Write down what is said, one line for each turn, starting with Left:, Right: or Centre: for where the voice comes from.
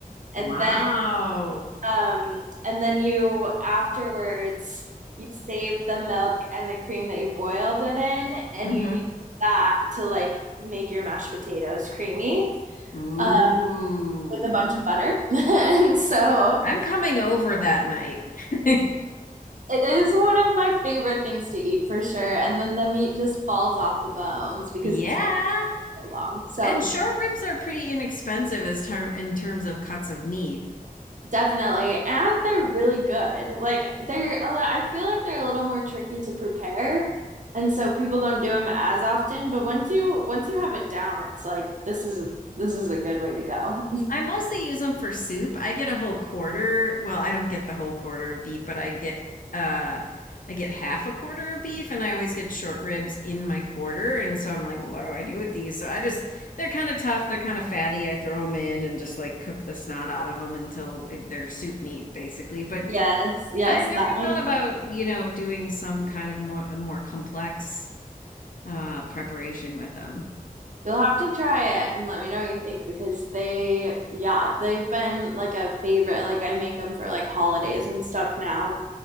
Right: And
Left: Wow.
Right: then um and then you afterwards you save the milk and the cream that you boiled it in and
Left: hmm
Right: you use that to like make your mashed potatoes creamy
Left: Ooh.
Right: uh, with a bunch of butter. <laughs> And so
Left: I'm coming over that night. <laughs>
Right: It is one of my favorite things to eat for sure. And then the meat just falls off the bones because
Left: Yeah.
Right: it's been so long. So
Left: And short ribs are pretty inexpensive as term in terms of cuts of meat.
Right: definitely. And they're really good. Like they're a li- I feel like they're a little more tricky to prepare. And so people don't do them as often, but once you once you have it down, it's like this is this is a good way to go. <laughs>
Left: I mostly use them for soup. I get a whole quarter. Well, I don't get the whole quarter of beef, but I get uh I get half a quarter of beef and I always get short ribs in my quarter and so I'm like, "Well, what do I do with these? So I just they're kind of tough, they're kind of fatty. I throw them in and just like cook the snot out of them until they're soup meat basically. But
Right: Yes, yes,
Left: I never
Right: that
Left: thought
Right: makes
Left: about,
Right: sense.
Left: you know, doing some kind of more more complex uh, preparation with them.
Right: You'll have to try it and let me know what you think because they, yeah, they've been like a favorite. Like I make them for like holidays and stuff now.